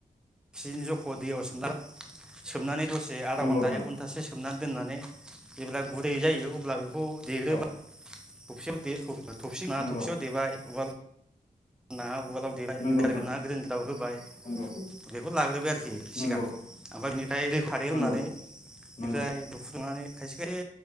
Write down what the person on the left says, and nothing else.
नंगौ
नोंथां
औ
नंगौ
नंगौ
नोंथां
नंगौ
नंगौ
नंगौ
नंगौ